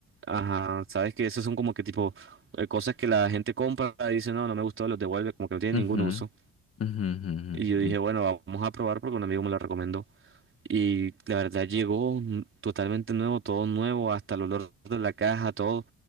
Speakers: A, on the right; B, on the left.
A: ajá, sabes que esos son como que tipo eh, cosas que la gente compra y dice, no, no me gustó, los devuelve, como que no tiene
B: ujú,
A: ningún uso.
B: ujú, ujú, ujú,
A: Y
B: ujú,
A: yo dije,
B: ujú,
A: bueno, vamos a probar porque un amigo me lo recomendó. Y la verdad llegó n- totalmente nuevo, todo nuevo, hasta el olor de la caja, todo.